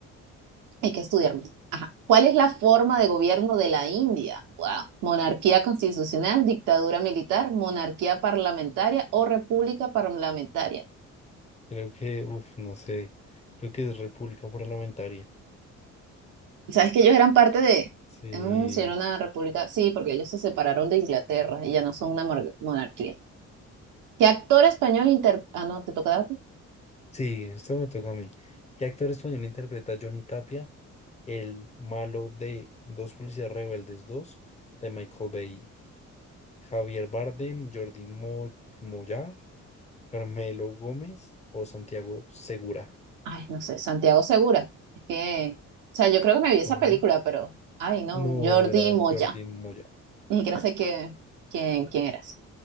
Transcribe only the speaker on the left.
Creo que, uff, no sé. Creo que es República Parlamentaria.
Sí,
sí, esto me toca a mí. ¿Qué actor español interpreta a Johnny Tapia, el malo de Dos Policías Rebeldes 2 de Michael Bay. Javier Bardem, Jordi Mo- Moyá, Carmelo Gómez o Santiago Segura.
A ver.
No,
era
Jordi Moyá.